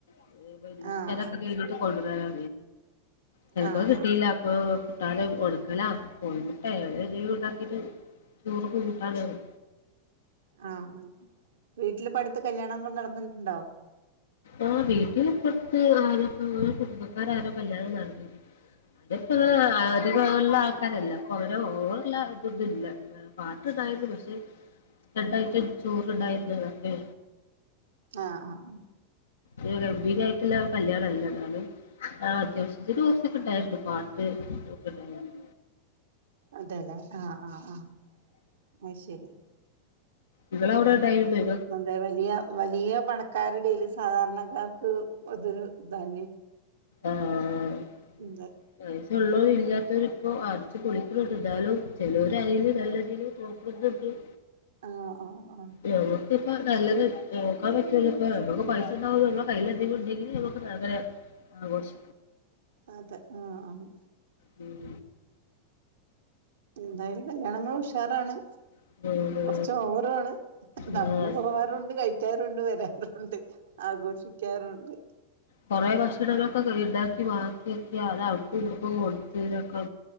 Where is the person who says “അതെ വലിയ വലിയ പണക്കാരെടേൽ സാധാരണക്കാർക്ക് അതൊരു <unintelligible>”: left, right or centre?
Right